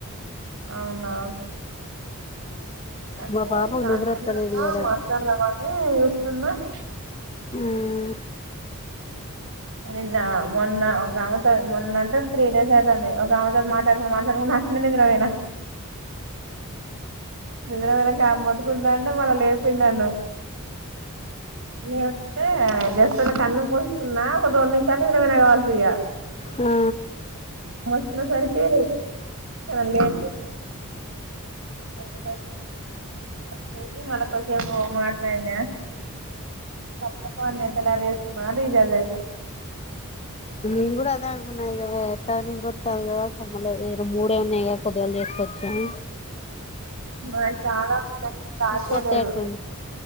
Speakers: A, on the right; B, on the left.
A: అవునా అదే
B: మా పాపకు
A: చనికనే
B: నిద్ర వస్తలేదు
A: ఉన్న
B: ఇయ్యాల
A: మాట్లాడదామా అని చూస్తున్నా అచ్
B: ఉమ్
A: నిన్న మొన్న ఒక ఆమెతో మొన్న అంటే త్రీ డేస్ అయితాంది ఒక ఆమెతో మాట్లాడుకుట మాట్లాడుకుట అట్లే నిద్రపోయిన నిద్రపోయినకా ఆమె మొత్తుకుంటూ ఉంటే మల్ల లేపిండు నన్ను లేపితే జస్ట్ అ ట్ల కన్ను మూసుకున్నా ఒక రెండు నిమిషాన్ని నిదరఓయిన కావచ్చు ఇగా
B: హా
A: న్ వచ్చేసరికి నన్ను లేపిండు <inaudible> చూసి మల కొద్దిసేపు మాట్లానా ఫస్ట్పాల్ నేన్ ఎత్తలార్ మాదిజగయితే
B: నేను కూడా అదే అనుకున్నా ఇ ఎట్ట నిద్రొత్తాంది కదా కొమ్మళ మూడే ఉన్నాయి కదా పొద్దుగాల చేసుకొచ్చని
A: మారి చాలా ఉందడి స్టార్ట్
B: ఎక్కువ
A: చేయిలేదు
B: వస్తాయి అట్టుంది